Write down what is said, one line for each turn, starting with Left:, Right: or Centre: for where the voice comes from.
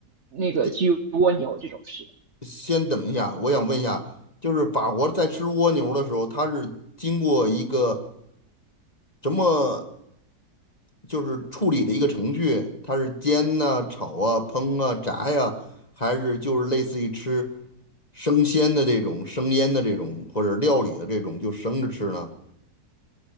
Right: 那个焗蜗牛这种吃的，
Left: 这先等一下，我想问一下，就是法国在吃蜗牛的时候，它是经过一个什么就是处理的一个程序，它是煎呐、炒啊、烹啊、炸呀、还是就是类似于吃生鲜的这种、生腌的这种或者料理的这种，就生着吃呢？